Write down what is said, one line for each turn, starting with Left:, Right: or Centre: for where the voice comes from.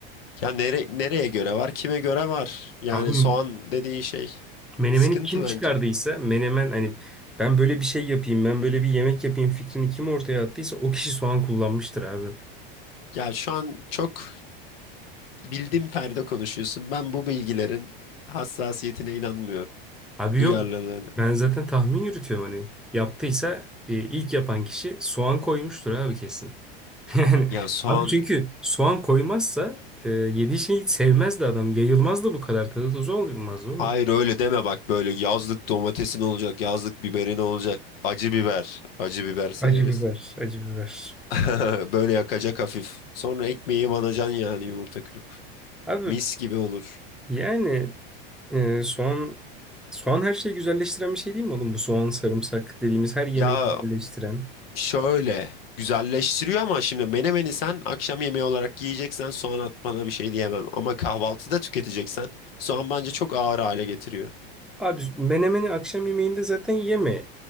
Left: Ya nere nereye göre var? Kime göre var? Yani
Centre: Abi
Left: soğan dediğin şey
Centre: menemeni
Left: sıkıntı
Centre: kim çıkardıysa
Left: bence.
Centre: menemen hani ben böyle bir şey yapayım ben böyle bir yemek yapayım fikrini kim ortaya attıysa o kişi soğan kullanmıştır abi.
Left: Ya şu an çok bildim perde konuşuyorsun. Ben bu bilgilerin hassasiyetine inanmıyorum.
Centre: Abi
Left: Duyarlılığına.
Centre: yok. Ben zaten tahmin yürütüyorum hani. Yaptıysa e, ilk yapan kişi soğan koymuştur abi kesin. <laughs> Yani
Left: Ya soğan
Centre: abi çünkü soğan koymazsa e, yediği şeyi sevmezdi adam. yayılmazdı bu kadar tadı tuzu olmaz oğlum.
Left: Hayır öyle deme bak böyle yazlık domatesin olacak, yazlık biberin olacak. Acı biber, acı biber severiz.
Centre: Acı biber, acı biber.
Left: <laughs> Böyle yakacak hafif. Sonra ekmeği banacan yani yumurta kırıp.
Centre: Abi
Left: Mis gibi olur.
Centre: yani e, soğan soğan her şeyi güzelleştiren bir şey değil mi oğlum? Bu soğan sarımsak dediğimiz her yemeği
Left: Ya
Centre: güzelleştiren.
Left: şöyle güzelleştiriyor ama şimdi menemeni sen akşam yemeği olarak yiyeceksen soğan atmana bir şey diyemem. Ama kahvaltıda tüketeceksen soğan bence çok ağır hale getiriyor.
Centre: Abi menemeni akşam yemeğinde zaten yeme.